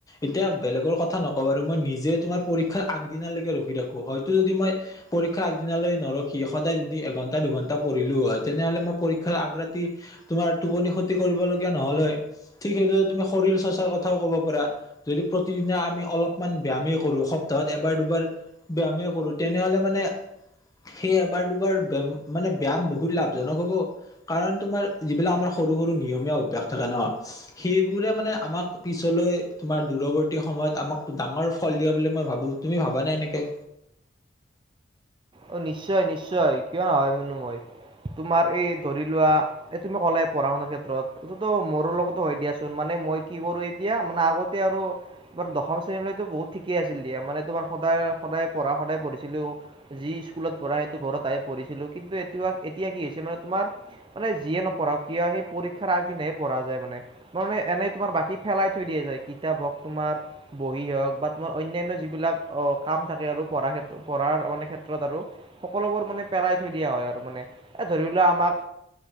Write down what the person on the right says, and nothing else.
অ' নিশ্চয় নিশ্চয় কিয় <unintelligible> তোমাৰ এই ধৰি লোৱা এই তুমি ক'লে পঢ়া শুনাৰ ক্ষেত্ৰত এইটোতো মোৰ লগতো হয় দিয়াচোন মানে মই কি কৰো, এতিয়া মানে আগতে আৰু তাৰ দশম শ্ৰেণীলৈতো বহুত ঠিকে আছিল দিয়া, মানে তোমাৰ সদায় সদায় পঢ়া সদায় পঢ়িছিলো। যি স্কুলত পঢ়া সেইটো ঘৰত আহে পঢ়িছিলো কিন্তু এতিয়া এতিয়া কি হৈছে মানে তোমাৰ মানে যিয়ে নপঢ়া কিয় সেই পৰীক্ষাৰ আগদিনা হে পঢ়া যায় মানে, তে এনেই তোমাৰ বাকী ফেলাই থৈ দিয়া যায় কিতাপ হওক তমাৰ বহি হওক বা তোমাৰ অন্য়ানয় যিবিলাক অ' কাম থাকে আৰু পঢ়া ক্ষেত্ৰত পঢ়াৰ মানে ক ক্ষেত্ৰত আৰু সকলোবোৰ মানে পেলই থৈ দিয়া হয় আৰু মানে এ ধৰি লোৱা আমাক